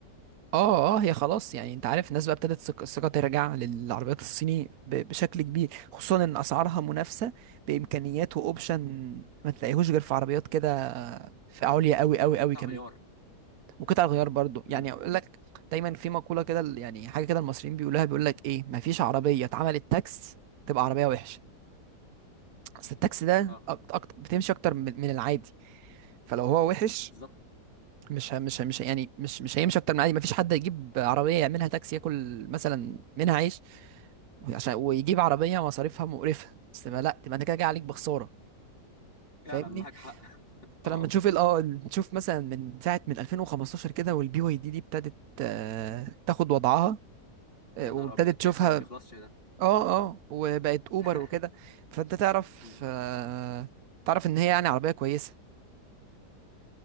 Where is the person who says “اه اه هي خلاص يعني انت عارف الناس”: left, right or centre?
Right